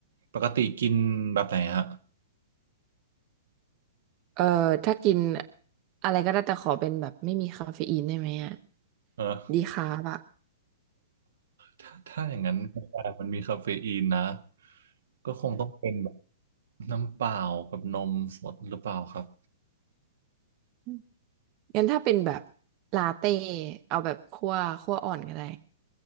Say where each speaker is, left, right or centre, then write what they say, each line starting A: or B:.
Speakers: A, on the right; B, on the right.
A: ปกติกินแบบไหนฮะ
B: เออถ้ากินอะไรก็ได้แต่ขอเป็นแบบไม่มีคาเฟอีนได้ไหมอ่ะ
A: เออ
B: ดีคาร์บอ่ะ
A: ถ้าถ้าอย่างนั้นกาแฟมันมีคาเฟอีนนะก็คงต้องเป็นแบบน้ำเปล่ากับนมสดหรือเปล่าครับ
B: อืมงั้นถ้าเป็นแบบลาเต้เอาแบบคั่วคั่วอ่อนก็ได้